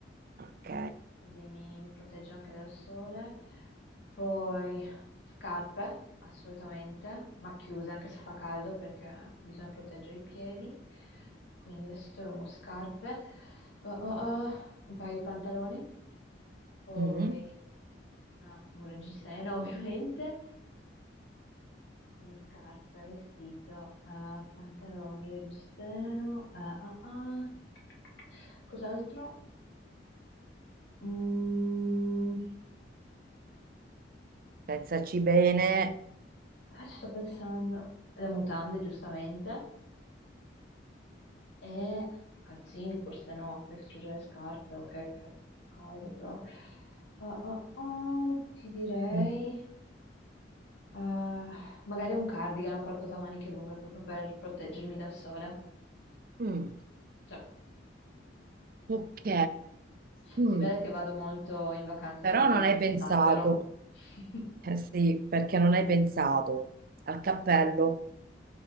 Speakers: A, on the right; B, on the left.
A: Ok.
B: così mi, mi protegge anche dal sole, poi scarpe, assolutamente, ma chiuse anche se fa caldo perché bisogna proteggere i piedi, quindi vestito lungo, scarpe, Uh, uh, uh, un paio di pantaloni, poi
A: Mm.
B: ah, un reggiseno <laughs> ovviamente, quindi scarpe, vestito, eh, pantaloni, reggiseno, ah, ah, ah. Cos'altro? Mm,
A: Pensaci bene.
B: poi ci sto pensando. Le mutande, giustamente, e calzini, forse no, perché c'ho già le scarpe, ok, che fa caldo, però. Ah, ah, ah, ti direi,
A: Mm.
B: eh, magari un cardigan o qualcosa a maniche lunghe proprio per proteggermi dal sole.
A: Mm.
B: Cioè,
A: Ok. Mm.
B: si vede che vado molto in vacanza
A: Però
B: sulle isole
A: non hai pensato.
B: in estate, vero? <laughs>
A: Eh sì, perché non hai pensato al cappello.